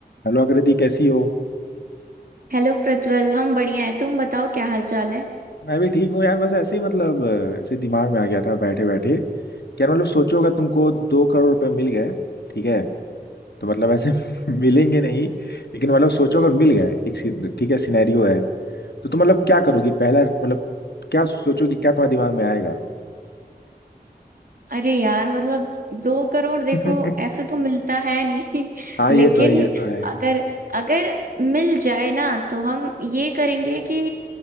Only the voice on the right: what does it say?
हेलो प्रज्वल हम बढ़िया हैं तुम बताओ क्या हाल चाल है
अरे यार मतलब दो करोड़ देखो
ऐसे तो मिलता है नहीं
<laughs>
लेकिन
अगर अगर मिल जाए ना तो हम ये करेंगे कि